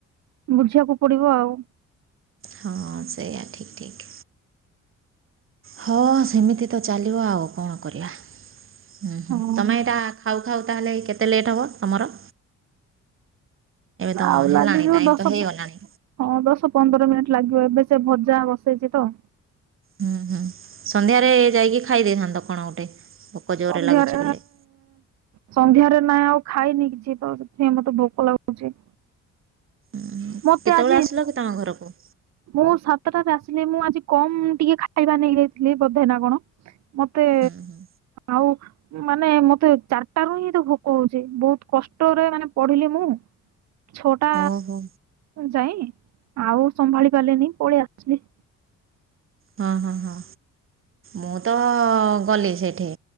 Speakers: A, on the right; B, on the right.
A: ବୁଝିବାକୁ ପଡ଼ିବ ଆଉ।
B: ହଁ ସେଇଆ ଠିକ୍ ଠିକ୍। ହଁ, ସେମିତି ତ ଚାଲିବ ଆଉ କଣ କରିବା। ହୁଁ ହୁଁ
A: ହଁ
B: ତମେ ଏଇଟା ଖାଉଖାଉ ତାହେଲେ କେତେ ଲେଟ୍ ହେବ ତମର? ତ
A: ଆଉ
B: ହେଲାଣି
A: ଲାଗି ଯିବ
B: ଟାଇମ୍
A: ଦଶ
B: ତ ହେଇଗଲାଣି
A: ବ ହଁ ଦଶ ପନ୍ଦର ମିନିଟ୍ ଲାଗିବ ଏବେ ସେ ଭଜା ବସେଇଛି ତ।
B: ହୁଁ ହୁଁ ସନ୍ଧ୍ୟାରେ ଯାଇକି ଖାଇ ଦେଇଥାନ୍ତ କଣ ଗୋଟେ ଭୋକ
A: ସନ୍ଧ୍ୟାରେ
B: ଜୋରରେ ଲାଗୁଛି ବୋଲି।
A: ସନ୍ଧ୍ୟାରେ ନାଇଁ ଆଉ ଖାଇନି କିଛି ତ ସେଥି ମତେ ଭୋକ ଲାଗୁଛି।
B: ଉଁ
A: ମତେ
B: କେତେବେଳେ
A: ଆଜି
B: ଆସିଲ କି ତମ ଘରକୁ?
A: ମୁଁ ସାତଟାରେ ଆସିଲି। ମୁଁ ଆଜି କମ୍ ଟିକେ ଖାଇବା ନେଇଯାଇଥିଲି ବୋଧେ ନା କଣ? ମତେ
B: ହୁଁ ହୁଁ
A: ଆଉ ମାନେ ମତେ ଚାରିଟା ରୁ ହିଁ ଏତେ ଭୋକ ହଉଛି। ବହୁତ କଷ୍ଟରେ ମାନେ ପଢିଲି ମୁଁ। ଛଟା
B: ଓହୋ
A: ଯାଇଁ ଆଉ ସମ୍ଭାଳି ପାରିଲିନି ପଳେଇ ଆସିଲି।
B: ହଁ ହଁ ହଁ। ମୁଁ ତ ଗଲି ସେଇଠି।